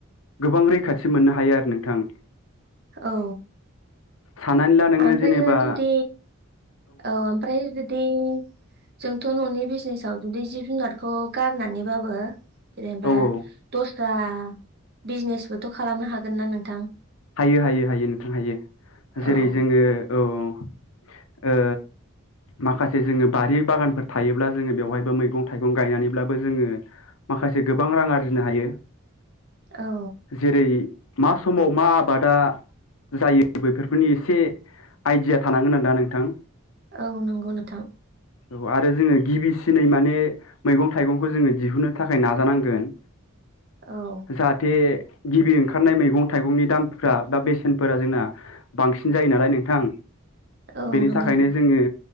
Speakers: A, on the left (about 75°); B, on the right (about 50°).
A: गोबां रैखाथि मोननो हायो आरो नोंथां।
B: औ
A: साननानै ला नोङो
B: ओमफ्र
A: जेनेबा
B: जुदि औ ओमफ्राय जुदि जोंथ' न'नि बिजनेज आव जुदि जिब जुनारखौ गारनानैबाबो जेनेबा
A: औ औ
B: दस बरा बिजनेसबोथ' खालामनो हागोन ना नोंथां?
A: हायो हायो हायो नोंथां हायो जेरै
B: औ
A: जोङो औ ओं ओ माखासे जोङो बारि बागानफोर थायोब्ला जोङो बेवहायबो मैगं थाइगं गायनानैब्लाबो जोङो माखासे गोबां रां आरजिनो हायो।
B: औ
A: जेरै मा समाव मा आबादा जायो बेफोरनि एसे आइडिया थानांगोन आरोना नोंथां।
B: औ नंगौ नोंथां
A: औ आरो जोङो गिबि सिनै माने मैगं-थाइगंखौ जोङो दिहुनो थाखाय नाजानांगोन।
B: औ
A: जाहाथे गिबि ओंखारनाय मैगं-थाइगंनि दाम फ्रा बा बेसेनफोरा जोंना बांसिन जायो नालाय नोंथां।
B: औ
A: बेनि
B: नंगौ
A: थाखायनो जोङो